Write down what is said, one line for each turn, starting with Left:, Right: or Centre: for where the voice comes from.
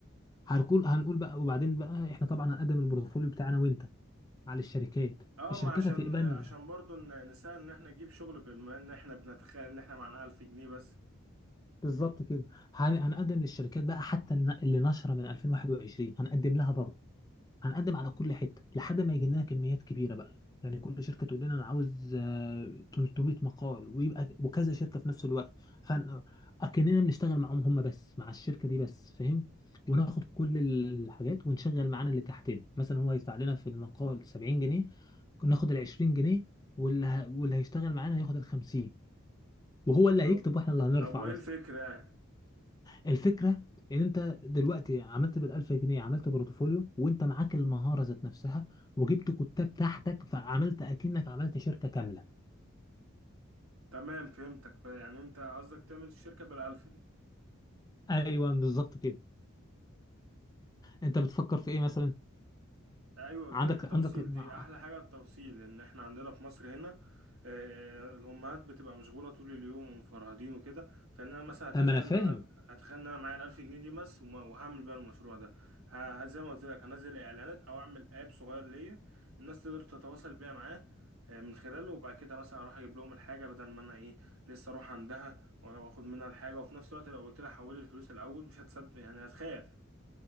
Left: هنقول هنقول بقى وبعدين بقى احنا طبعا هنقدم البورتفوليو بتاعنا وانت على الشركات
Right: اه
Left: الشركات
Right: ما عشان
Left: هتقبل
Right: عشان برضو ن- نسهل ان احنا نجيب شغل بما ان احنا بنتخيل ان احنا معانا 1000 جنيه بس
Left: بالظبط كده هن- هنقدم للشركات بقى حتى الن- اللي نشره من 2021 هنقدم لها برضه هنقدم على كل حته لحد ما يجي لنا كميات كبيره بقى يعني كل شركه تقول لنا انا عاوز آه، 300 مقال ويبقى وكذا شركه في نفس الوقت فاكننا بنشتغل معاهم هم بس مع الشركه دي بس فاهم وناخد كل الحاجات ونشغل معانا اللي تحتنا مثلا هو يدفع لنا في المقال 70 جنيه ناخد ال 20 جنيه واللي ه- واللي هيشتغل معانا هياخد ال 50 وهو اللي
Right: طب
Left: هيكتب واحنا اللي هنرفع
Right: طب وايه
Left: بس
Right: الفكرة يعني
Left: الفكره ان انت دلوقتي عملت بال1000 جنيه عملت بورتفوليو وانت معاك المهاره ذات نفسها وجبت كتاب تحتك فعملت اكنك عملت شركه كامله
Right: تمام فهمتك بقى يعني انت قصدك تعمل الشركة بالألف دي.
Left: ايوه بالظبط كده انت بتفكر في ايه مثلا
Right: ايوه قلت
Left: عندك
Right: لك التوصيل
Left: عندك مع...
Right: دي احلى حاجه التوصيل ان احنا عندنا في مصر هنا آه، الامهات بتبقى مشغوله طول اليوم ومفرهدين وكده فان انا مثلا هتخيل
Left: طب ما انا فاهم
Right: ان انا هتخيل ان انا معايا الألف جنيه دي بس وما- وهعمل بيها المشروع ده ه- زي ما قلت لك هنزل اعلانات او اعمل اب صغير ليا الناس تقدر تتواصل بيها معاه آه، من خلاله وبعد كده مثلا اروح اجيب لهم الحاجه بدل ما انا ايه لسه اروح عندها واخد منها الحاجه وفي نفس الوقت لو قلت لها حولي الفلوس الاول مش هتصدق يعني هتخاف